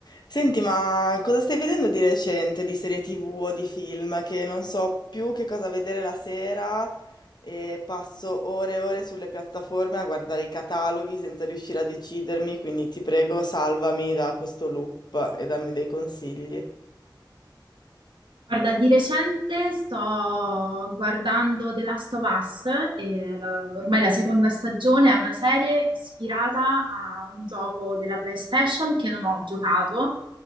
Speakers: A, on the left (about 60°); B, on the right (about 80°).
A: Senti, ma cosa stai vedendo di recente, di serie TV o di film? Che non so più che cosa vedere la sera e passo ore e ore sulle piattaforme a guardare i cataloghi senza riuscire a decidermi, quindi ti prego, salvami da questo loop e dammi dei consigli.
B: Guarda, di recente sto guardando The Last of Us, e la- ormai la seconda stagione è una serie ispirata a un gioco della PlayStation che non ho giocato,